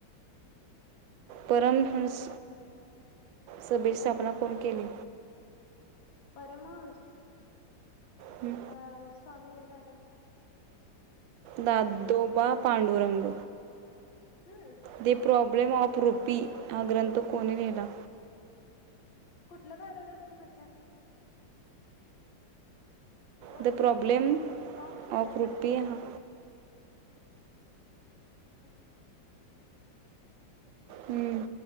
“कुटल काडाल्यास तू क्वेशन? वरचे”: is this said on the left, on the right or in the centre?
Left